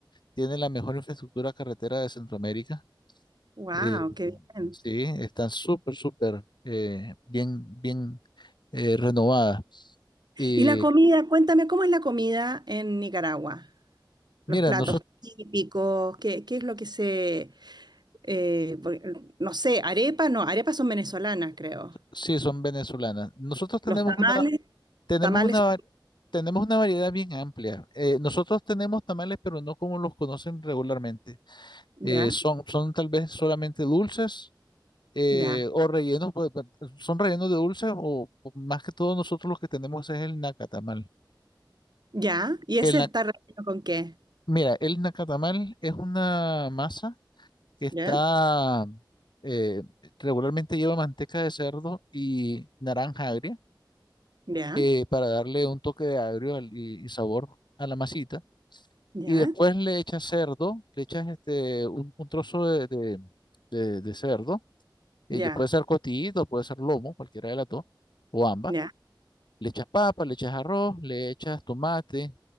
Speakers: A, on the left; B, on the right.
A: tiene la mejor infraestructura carretera de Centroamérica.
B: Wow,
A: Eh,
B: qué bien.
A: sí, están súper, súper eh, bien, bien eh, renovadas. Y
B: Y la comida, cuéntame cómo es la comida en Nicaragua. Los
A: mira,
B: platos
A: nosotros,
B: típicos, qué, qué es lo que se, eh, por- no sé, arepas, no, arepas son venezolanas, creo.
A: sí, son venezolanas. Nosotros tenemos
B: Los tamales,
A: una, Tenemos
B: tamales,
A: una, va- tenemos una variedad bien amplia. Eh, nosotros tenemos tamales, pero no como los conocen regularmente.
B: ya,
A: Eh, son, son tal vez solamente dulces eh,
B: ya,
A: o rellenos, pues, pa- son rellenos de dulces o, o más que todo nosotros los que tenemos es el nacatamal.
B: ya. ¿Y ese
A: El na-
B: está relleno con qué?
A: mira, el nacatamal es una masa que está,
B: Ya,
A: eh, regularmente lleva manteca de cerdo y naranja agria
B: ya,
A: eh, para darle un toque de agrio al- y y sabor a la masita.
B: ya,
A: y después le echas cerdo, le echas este, un, un trozo de, de- de- de cerdo, eh,
B: ya,
A: puede ser cotillito, puede ser lomo, cualquiera de las dos, o ambas.
B: ya.
A: Le echas papa, le echas arroz, le echas tomate,